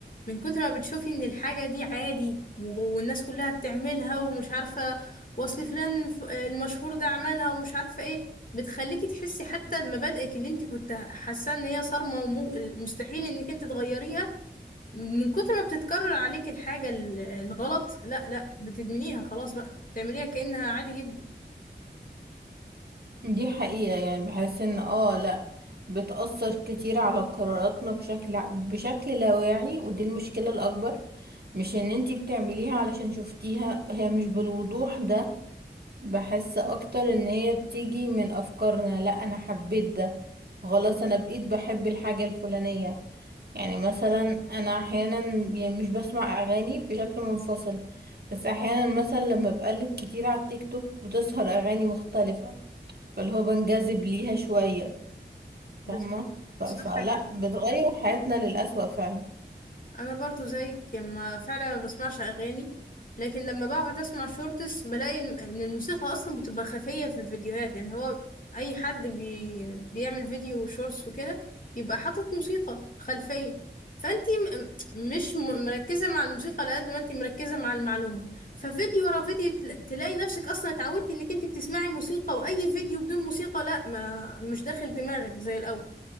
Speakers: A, on the left (about 50°); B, on the right (about 60°).
A: من كتر ما بتشوفي ان الحاجة دي عادي و- والناس كلها بتعملها ومش عارفة وصل فلان الف- المشهور ده عملها ومش عارفة ايه بتخليكي تحسي حتى مبادئك اللي انت كنت حاسة ان هي صارمة ومستحيل انك انت تغيريها من كتر ما بتتكرر عليك الحاجة ال- الغلط لا لا بتدمنيها خلاص بقى تعمليها كأنها عادي جدا
B: دي حقيقة يعني بحس ان اه لا بتأثر كتير على قراراتنا بشكل بشكل لا واعي ودي المشكلة الأكبر مش ان انتي بتعمليها علشان شفتيها هي مش بالوضوح ده بحس اكتر ان هي بتيجي من افكارنا لا انا حبيت ده خلاص انا بقيت بحب الحاجة الفلانية يعني مثلا انا احيانا يعني مش بسمع اغاني بشكل منفصل بس احيانا مثلا لما بقلب كتير على التيك توك بتظهر اغاني مختلفة فاللي هو بنجذب ليها شوية
A: بس-
B: فاهمة ف-
A: صح
B: فلا
A: جدا
B: بتغير حياتنا للأسوأ فعلا
A: انا برضو زيك يعني ما فعلا ما بسمعش اغاني لكن لما بقعد اسمع شورتس بلاقي الم- ان الموسيقى اصلا بتبقى خفية في الفيديوهات يعني هو اي حد بي... بيعمل فيديو شورتس وكده بيبقى حاطط موسيقى خلفية فانتي م... م- مش م... مركزة مع الموسيقى على قد ما انتي مركزة مع المعلومة ففيديو ورا فيديو تل... تلاقي نفسك اصلا اتعودتي انك انتي بتسمعي موسيقى واي فيديو بدون موسيقى لا ما مش داخل دماغك زي الاول